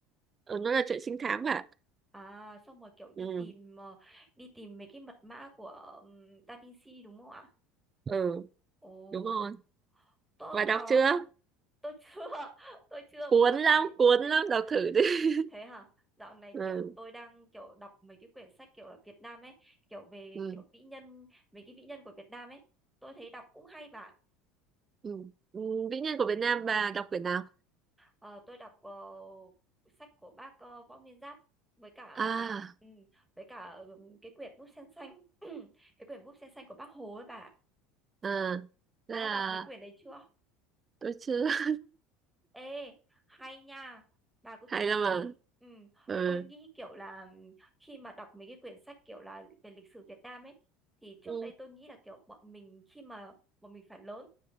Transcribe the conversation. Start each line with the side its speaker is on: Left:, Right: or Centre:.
Right: Ừ, nó là chuyện trinh thám cả.
Centre: À, xong rồi kiểu đi
Right: Ừ,
Centre: tìm ờ, đi tìm mấy cái mật mã của ừm, Da Vinci đúng không ạ?
Right: ừ,
Centre: Ồ,
Right: đúng rồi.
Centre: tôi
Right: Bà
Centre: cũng
Right: đọc
Centre: có,
Right: chưa?
Centre: tôi chưa, <laughs> tôi chưa
Right: Cuốn
Centre: dạo
Right: lắm,
Centre: này.
Right: cuốn
Centre: <laughs>
Right: lắm, đọc thử đi. <laughs>
Centre: Thế hả? Dạo này
Right: Ừ,
Centre: kiểu tôi đang kiểu đọc mấy cái quyển sách kiểu ở Việt Nam ấy, kiểu về
Right: ừ,
Centre: kiểu vĩ nhân, mấy cái vĩ nhân của Việt Nam ấy, tôi thấy đọc cũng hay bà
Right: ừ. Ừ, Vĩ nhân của Việt Nam bà đọc quyển nào?
Centre: Ờ, tôi đọc ờ, sách của bác ờ, Võ Nguyên Giáp với cả
Right: À,
Centre: cái ừ, với cả ừ, cái quyển bút sen xanh <clears throat> cái quyển bút sen xanh của bác Hồ ấy bà
Right: à,
Centre: bà
Right: thế
Centre: đã
Right: là
Centre: đọc mấy quyển đấy chưa
Right: tôi chưa. <laughs>
Centre: ê hay nha bà cứ
Right: Hay
Centre: thử đọc
Right: lắm mà
Centre: đi ừ,
Right: Ừ.
Centre: tôi nghĩ kiểu là ừm, khi mà đọc mấy cái quyển sách kiểu là về lịch sử Việt Nam ấy thì trước
Right: Ừ.
Centre: đây tôi nghĩ là kiểu bọn mình khi mà bọn mình phải lớn